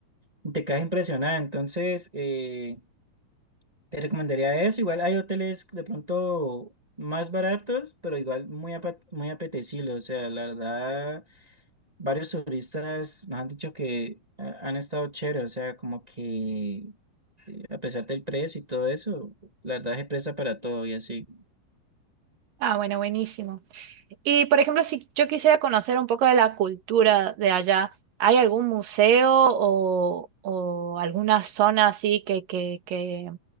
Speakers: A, on the right; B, on the right.
A: y te quedas impresionada, entonces eh, te recomendaría eso, igual hay hoteles de pronto más baratos, pero igual muy, apa- muy apetecibles, o sea, la verdad varios turistas nos han dicho que ha- han estado chévere, o sea, como que eh, a pesar del precio y todo eso, la verdad es presta para todo y así.
B: Ah, bueno, buenísimo. Y por ejemplo, si yo quisiera conocer un poco de la cultura de allá, ¿hay algún museo o, o alguna zona así que, que, que,